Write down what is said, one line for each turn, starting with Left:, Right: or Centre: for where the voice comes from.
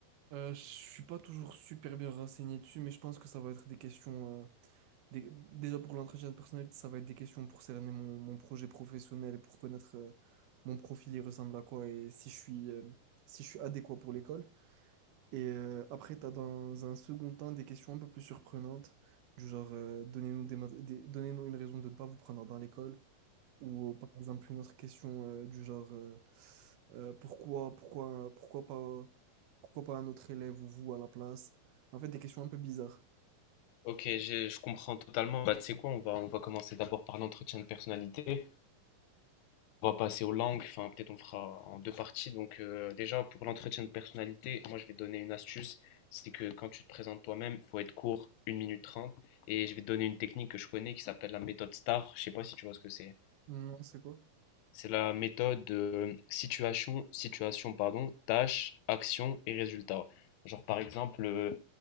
Right: Euh, je suis pas toujours super bien renseigné dessus, mais je pense que ça va être des questions, Des- déjà pour l'entretien de personnalité, ça va être des questions pour cerner mon, mon projet professionnel et pour connaître euh, mon profil, il ressemble à quoi et si je suis, euh, si je suis adéquat pour l'école. Et euh, après, tu as dans un second temps des questions un peu plus surprenantes, du genre euh, donnez-nous des, ma- des- donnez-nous une raison de ne pas vous prendre dans l'école. Ou euh, par exemple une autre question euh, du genre euh, euh, pourquoi, pourquoi, pourquoi pas, pourquoi pas un autre élève ou vous à la place. En fait, des questions un peu bizarres.
Left: Ok, j'ai- je comprends totalement. Bah, tu sais quoi, on va, on va commencer d'abord par l'entretien de personnalité. On va passer aux langues, enfin peut-être on fera en deux parties. Donc euh, déjà pour l'entretien de personnalité, moi je vais te donner une astuce, c'est que quand tu te présentes toi-même, il faut être court, une minute 30. et je vais te donner une technique que je connais qui s'appelle la méthode STAR, je sais pas si tu vois ce que c'est.
Right: Non, c'est quoi?
Left: C'est la méthode de situation, situation pardon, tâche, action et résultat. Genre par exemple, euh,